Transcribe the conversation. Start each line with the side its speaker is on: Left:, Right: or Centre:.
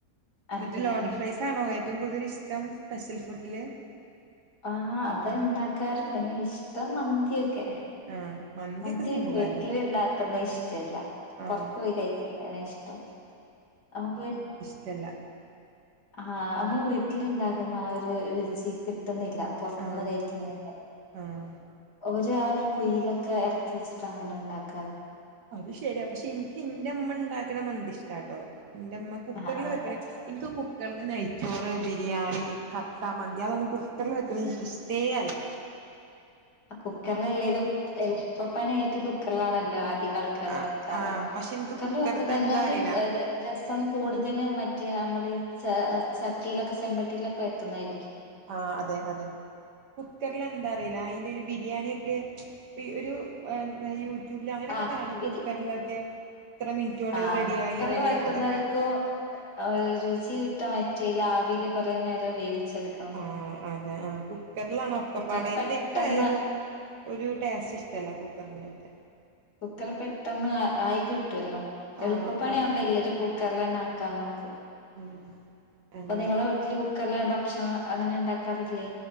Left: അതെയോ
Right: ഇന്നെട്ട് ലോഡർ ഫ്രൈസ് ആണോ ഏറ്റവും കൂടുതലിഷ്ടം സ്പെഷ്യൽ ഫുഡില്?
Left: ആഹ് അതാ ഇണ്ടാക്കാറ് പിന്നെ ഇഷ്ടം മന്തിയെക്കെ
Right: ആഹ് മന്തിയൊക്കെ
Left: മന്തി
Right: സിമ്പിൾ
Left: പിന്നെ വീട്ടില്
Right: അല്ലേ
Left: ഇണ്ടാക്കുന്നെ ഇഷ്ടല്ല
Right: ആഹ്
Left: പൊറത്തു പോയി കഴിക്കുന്നെയാണ് ഇഷ്ടം നമ്മക്ക് പോ
Right: ഇഷ്ട്ടല്ല
Left: ആഹ് അമ്മള് വീട്ടിലുണ്ടാക്കുന്ന ആ ഒരു രുചി കി- ട്ടുന്നില്ല പൊറത്ത്ന്ന്
Right: ആഹ്
Left: കഴിക്കുന്നേന്റെ
Right: ആഹ്
Left: ഓര് ആ ഒര് കൂ യിയിലൊക്കെ എറക്കി വെച്ചിട്ടാണല്ലോ ഇണ്ടാക്ക
Right: അത് ശരിയാ പക്ഷെ ഇൻക്ക് ഇന്റെ ഇമ്മ ഇണ്ടാക്ക്ണ മന്തി ഇഷ്ട്ടാട്ടോ ഇന്റെമ്മ കു ക്കറില്
Left: ആഹ് ആഹ്
Right: വെക്ക്ണെ ഇനിക്ക് കു ക്കറില് നെയ്ച്ചോറ്, ബിരിയാണി, കഫ്സ, മന്തി, അതൊന്നും കുക്കറില് വെക്ക്ണെ ഇനിക്ക്‌ ഇഷ്ട്ടേ അല്ല
Left: കുക്കർല് അല്ലേലും എളുപ്പപ്പണിയായിട്ട് കുക്കറിലാണല്ലോ അധികം ആൾക്കാ ക്കാരും
Right: ആഹ്
Left: വെക്കാറ്
Right: ആഹ് പക്ഷെ എനിക്ക്
Left: കുക്കറില്
Right: കുക്കറത്തെ
Left: വെക്ക്ണ
Right: എന്താ
Left: കാട്ടിലും
Right: അറിയില്ല
Left: ഏഹ് രസ- - രസം കൂടുതൽ മറ്റേ നമ്മള് ഈ ച ചട്ടിയിലൊക്കെ ചെമ്പട്ടിയിലൊക്കെ വെക്കുന്നായിരിക്കും.
Right: ആഹ് അതെ അതെ കുക്കറ്‌ലെന്താ അറീല്ല അയിന്റെ ഒരു ബിരിയാണിയൊക്കെ ഒരു എന്ത യു ട്യൂബിലോ അങ്ങനെക്കെ
Left: ആഹ്
Right: കാണ
Left: വിധി
Right: കുക്കറിലൊക്കെ ഇത്ര മിനിറ്റ് കൊണ്ട്
Left: ആഹ്
Right: റെഡിയായി
Left: കുക്കറിൽ
Right: റെഡി
Left: വെക്കുന്നേൽക്കും
Right: അതൊക്കെ
Left: ഒരു രുചി കിട്ട മറ്റേൽ ആവിയിൽ കൊറേ നേരം വേവിച്ചെടുക്കും
Right: ആഹ് അതെ ആ കുക്കറിലാണ് ഒ ക്കപ്പാടെ
Left: കുക്കറിൽ
Right: എന്ത
Left: പെട്ടെന്ന്
Right: ഇൻക്ക് ആ ഒരു ടേസ്റ്റ് ഇഷ്ട്ടല്ല കുക്കറിലെത്തെ
Left: കുക്കർ പെട്ടെന്ന് ആയി കിട്ടുവല്ലോ
Right: ആഹ്
Left: എളുപ്പപ്പണിയാവുമ്പോ
Right: അത്
Left: എല്ലരും കുക്കറിലന്നെ ആക്കാൻ നോക്കും
Right: ഉം അങ്ങനെ
Left: അപ്പൊ നിങ്ങളെ വീട്ടില് കുക്കർല് ഭക്ഷണം അങ്ങനെ ഇണ്ടാക്കാറില്ലേ?